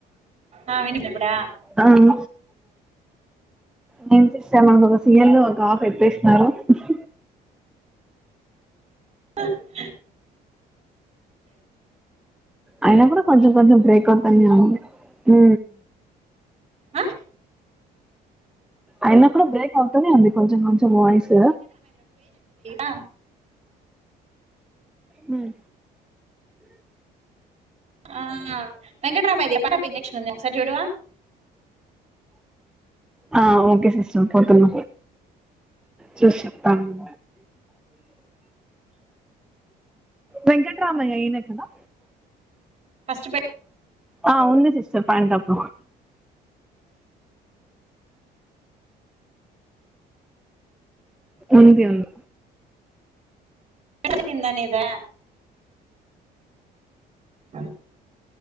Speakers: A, on the right (about 40°); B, in the centre.
A: ఆ వినిదిప్పుడా
B: ఆమ్ నేం చేస్తెమాకు ఒక సిఎల్ ఒక ఆఫ్ ఎట్టిస్తారు ఉహ్
A: <inaudible>
B: అయినప్పుడు కొంచెం కొంచెం బ్రేక్ అవుతానే ఉంది, ఊ
A: అ
B: అయినకుడా బ్రేక్ అవుతునె ఉంది, కొంచెం కొంచెం వాయిస్
A: అ
B: హ్మ్
A: ఆ వెంకటరామయది ఎప్పడప్పు ఇంజక్షన్ ఉంది ఒకసారి చూడువా
B: ఆ ఓకే సిస్టర్ పోతున్న చూస్చెప్తానున్ వెంకట్రామయ్య ఈనెకదా
A: ఫస్ట్ బె
B: ఆ ఉంది సిస్టర్ పాయన్టాప్ ఉంది ఉంద్
A: ఎడ జిల్లా నిదే ఆ